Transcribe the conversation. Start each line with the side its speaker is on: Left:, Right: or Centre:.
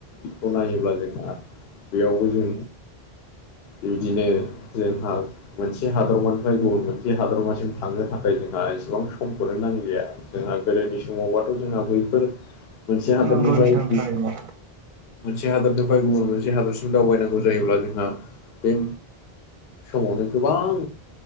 Left: बेखौ नायोब्ला जोंहा बेयावबो जों बिबदिनो जोंहा मोनसे हादरमानिफ्राय गुबुन मोनसे हादरमासिम थांनो थाखाय जोंहा एसेबां समखौनो नांलिया। जोंहा गोदोनि समावबाथ' जोंहा बैफोर मोनसे हादरनिफ्राय
Right: नंगौ नोंथां थारैनो
Left: मोनसे हादरनिफ्राय गुबुन मोनसे हादरसिम दावबायनांगौ जायोब्ला जोंहा बे समावनो गोबां